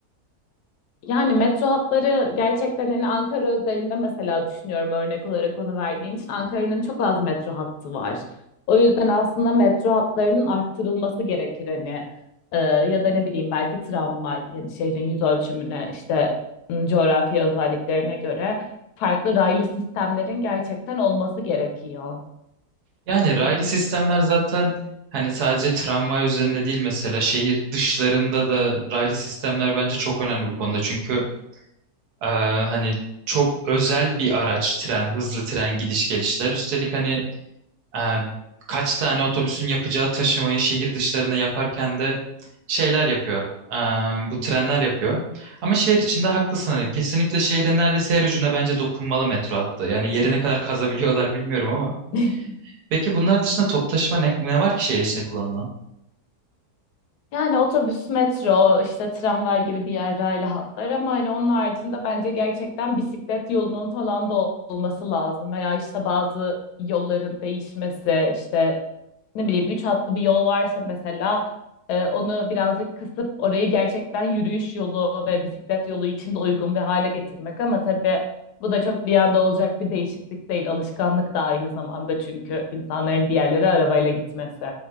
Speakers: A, on the left; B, on the right.
A: Yani metro hatları gerçekten hani Ankara özelinde mesela düşünüyorum örnek olarak onu verdiğin için Ankara'nın çok az metro hattı var. O yüzden aslında metro hatlarının arttırılması gerekir hani Ee, ya da ne bileyim belki tramvay yani şehrin yüz ölçümüne işte m, coğrafi özelliklerine göre farklı raylı sistemlerin gerçekten olması gerekiyor.
B: Yani raylı sistemler zaten hani sadece tramvay üzerinde değil mesela şehir dışlarında da raylı sistemler bence çok önemli bu konuda. Çünkü eee, hani çok özel bir araç tren, hızlı tren gidiş gelişler. Üstelik hani eee, kaç tane otobüsün yapacağı taşımayı şehir dışlarına yaparken de şeyler yapıyor. Eee, bu trenler yapıyor. Ama şehir içinde haklısın hani kesinlikle şehrin neredeyse her ucuna bence dokunmalı metro hattı. Yani yerine kadar kazabiliyorlar bilmiyorum ama
A: <laughs>
B: Peki bunlar dışında top taşıma ne, ne var ki şehir içinde kullanılan?
A: Yani otobüs, metro, işte tramvay gibi diğer raylı hatlar ama hani onun haricinde bence gerçekten bisiklet yolunun falan da ol- olması lazım. Veya işte bazı yolların değişmesi, işte ne bileyim üç hatlı bir yol varsa mesela e, onu birazcık kısıp orayı gerçekten yürüyüş yolu ve bisiklet yolu için de uygun bir hale getirmek. Ama tabii bu da çok bir anda olacak bir değişiklik değil. Alışkanlık da aynı zamanda çünkü insanların bir yerlere arabayla gitmesi.